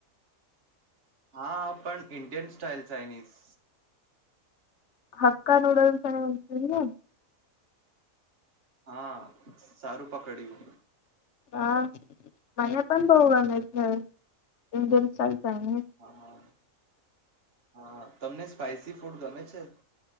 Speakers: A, on the right; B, on the left.
A: હા પણ ઇન્ડિયન સ્ટાઇલ ચઇનીઝ.
B: હકા નૂડલસ ચનાશેને
A: હા સારું પકડ્યું.
B: હા મને પણ બવુ ગમે છે ઇન્ડિયન ચાઈ ચાનીઝ.
A: હા હા તમને સ્પાઈસી ફૂડ ગમે છે.